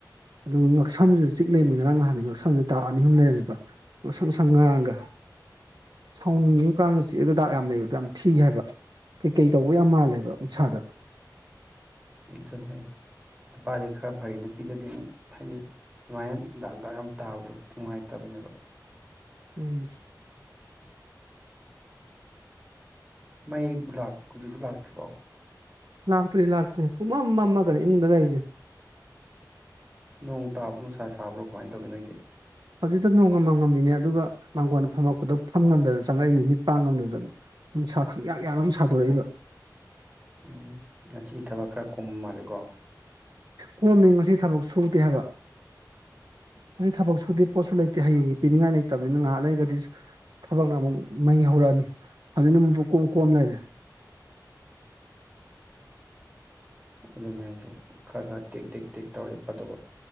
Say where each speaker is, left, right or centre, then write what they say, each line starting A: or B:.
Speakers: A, on the right (about 70°); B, on the right (about 20°).
A: ꯑꯗꯨꯒ ꯉꯛꯁꯝꯁꯤꯗ ꯆꯤꯛ ꯂꯩꯃꯤꯅꯤ ꯉꯔꯥꯡ ꯅꯍꯥꯟꯅꯦ ꯉꯛꯁꯝꯁꯤꯗ ꯗꯛ ꯑꯅꯤ ꯑꯍꯨꯝ ꯂꯩꯝꯃꯤꯕ ꯉꯁꯪ ꯉꯁꯪ ꯉꯥꯡꯉꯒ ꯁꯥꯎꯅꯤꯡꯉꯤꯕ ꯀꯥꯡꯅ ꯆꯤꯛꯑꯒ ꯗꯥꯛ ꯌꯥꯝ ꯂꯩꯕꯗꯣ ꯌꯥꯝ ꯊꯤ ꯍꯥꯏꯕ ꯀꯩ ꯀꯩ ꯇꯧꯕ ꯌꯥꯝ ꯃꯥꯜꯂꯦꯕ ꯎꯟꯁꯥꯗ
B: ꯑꯗꯨꯅꯤ ꯍꯥꯏꯖꯦ ꯅꯨꯄꯥꯗꯤ ꯈꯔ ꯐꯩ ꯅꯨꯄꯤꯗꯗꯤ ꯑꯃꯨꯛ ꯍꯥꯏꯗꯤ ꯑꯗꯨꯃꯥꯏꯅ ꯗꯥꯛ ꯗꯥꯛ ꯌꯥꯝ ꯇꯥꯕꯗꯣ ꯅꯨꯡꯉꯥꯏꯇꯕꯅꯦꯕ
A: ꯎꯝ꯫
B: ꯃꯩꯕꯨ ꯂꯥꯛ ꯍꯧꯖꯤꯛꯁꯨ ꯂꯥꯛꯇ꯭ꯔꯤꯕꯣ
A: ꯂꯥꯛꯇ꯭ꯔꯤ ꯂꯥꯛꯇ꯭ꯔꯤ ꯄꯨꯨꯡꯃꯝ ꯃꯝꯃꯒꯅꯤ ꯏꯃꯨꯡꯗ ꯂꯩꯔꯤꯁꯦ
B: ꯅꯣꯡ ꯇꯥꯕ꯭ꯔꯣ ꯅꯨꯡꯁꯥ ꯁꯥꯕ꯭ꯔꯣ ꯀꯃꯥꯏ ꯇꯧꯒꯦ ꯅꯣꯏꯗꯤ
A: ꯍꯧꯖꯤꯛꯇ ꯅꯣꯡꯒ ꯃꯪ ꯉꯝꯃꯤꯅꯦ ꯑꯗꯨꯒ ꯃꯥꯡꯒꯣꯟ ꯐꯝꯃꯛꯄꯗ ꯐꯝ ꯉꯝꯗ ꯗꯅ ꯆꯪꯉꯛꯏꯅꯦ ꯃꯤꯠ ꯄꯥꯡ ꯉꯝꯗꯗꯅ ꯅꯨꯡꯁꯥ ꯈꯪꯌꯥꯛ ꯌꯥꯛꯅ ꯃꯨ ꯁꯥꯗꯣꯔꯛꯏꯕ
B: ꯎꯝ ꯉꯁꯤ ꯊꯕꯛ ꯈꯔ ꯀꯨꯝ ꯃꯥꯜꯂꯤꯀꯣ
A: ꯀꯣꯝꯃꯤ ꯉꯁꯤ ꯊꯕꯛ ꯁꯨꯗꯦ ꯍꯥꯏꯕ ꯉꯁꯤ ꯊꯕꯛ ꯁꯨꯗꯦ ꯄꯣꯠꯁꯨ ꯂꯩꯇꯦ ꯍꯌꯦꯡꯒꯤ ꯄꯤꯅꯤꯡꯉꯥꯏ ꯂꯩꯇꯕꯅꯤꯅ ꯉꯥꯏꯍꯥꯛ ꯂꯩꯔꯒꯗꯤ ꯊꯕꯛꯅ ꯑꯃꯨꯛ ꯃꯩ ꯍꯧꯔꯛꯑꯅꯤ ꯍꯧꯖꯤꯛꯅ ꯃꯨꯛ ꯄꯨꯝꯀꯣꯝ ꯀꯣꯝ ꯂꯩꯔꯦ꯫
B: ꯑꯗꯨꯅꯦ ꯍꯥꯏꯁꯦ ꯈꯔ ꯈꯔ ꯇꯦꯛ ꯇꯦꯛ ꯇꯦꯛ ꯇꯧꯔꯗꯤ ꯐꯥꯗꯧꯕ